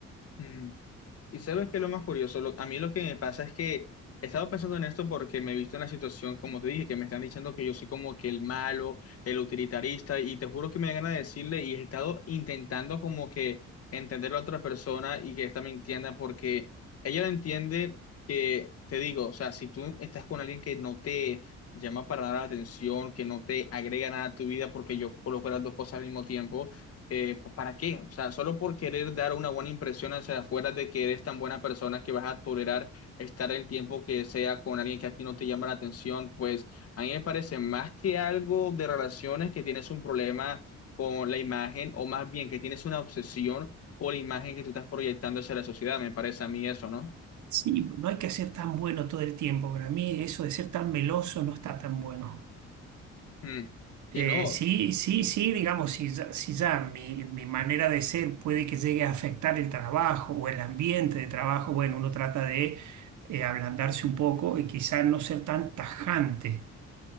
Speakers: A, on the left; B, on the right.
A: Mm. Y sabes que lo más curioso, Lo- a mí lo que me pasa es que he estado pensando en esto porque me he visto en la situación, como te dije, que me están diciendo que yo soy como que el malo, el utilitarista, y te juro que me da ganas de decirle, y he estado intentando como que entender a la otra persona y que esta me entienda, porque ella lo entiende que, te digo, o sea, si tú estás con alguien que no te llama para nada la atención, que no te agrega nada a tu vida, porque yo coloco las dos cosas al mismo tiempo eh, pues, ¿para qué? O sea, solo por querer dar una buena impresión hacia afuera de que eres tan buena persona que vas a tolerar estar el tiempo que sea con alguien que a ti no te llama la atención, pues a mí me parece más que algo de relaciones que tienes un problema con la imagen o más bien que tienes una obsesión con la imagen que tú estás proyectando hacia la sociedad, me parece a mí eso, ¿no?
B: Sí, pues, no hay que ser tan bueno todo el tiempo. Para mí eso de ser tan meloso no está tan bueno.
A: Mm.
B: Eh,
A: Y no.
B: sí, sí, sí, digamos, si ya, si ya mi, mi manera de ser puede que llegue a afectar el trabajo o el ambiente de trabajo, bueno, uno trata de eh, ablandarse un poco y quizás no ser tan tajante.